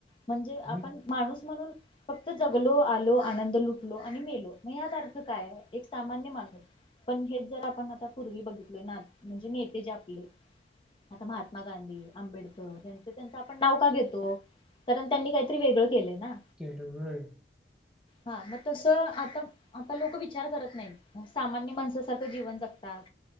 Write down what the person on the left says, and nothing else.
म्हणजे
आपण माणूस म्हणून फक्त जगलो, आलो, आनंद लुटलो, आणि मेलो, मग यात अर्थ काय आहे. एक सामान्य माणूस, पण हेच जर आपण पूर्वी बघितलं ना म्हणजे नेते जे आपले, आता मा महात्मा गांधी, आंबेडकर यांच त्यांचं आपण नाव वेगळं का घेतो, कारण त्यांनी काहीतरी वेगळं केलय ना.
हा मग तसं, आता आता लोकं विचार करत नाहीत, सामान्य माणसासारखं जीवन जगत तात.